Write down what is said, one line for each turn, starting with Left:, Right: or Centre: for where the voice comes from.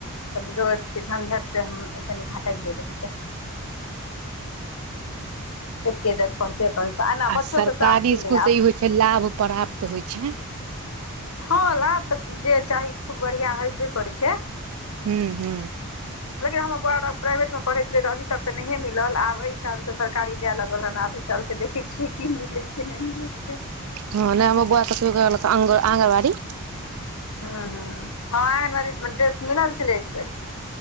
Left: कहलियै रोज के झंझट से हम ऐस नीक हम हटाइये देबै जा। एके जत पढ़ते अपन स, एना
Right: आ
Left: बच्चोक
Right: सरकारी
Left: के सान्ति नहि
Right: स्कुल
Left: आब
Right: ई होइ से लाभ पराप्त होइ छैन।
Left: हँ ला तऽ जे चाही खूब बढ़िआँ हेबे करै छै
Right: हू हू
Left: लेकिन हमर बउआ आर प्राइवेटमे पढ़ै छलै तऽ अभी तक तऽ नहियए मिलल, आब एहि साल सँ सरकारी जाय लगल हन आब चल क देखै छियै की मिले छै नहि मिले छै।
Right: हँ नहि हमर बआ तऽ क कहियो गेल आंग आंगन बाड़ी
Left: हँ हँ, हँ आँगनबाड़ीमे ड्रेस मिलल छलै एक बेेर।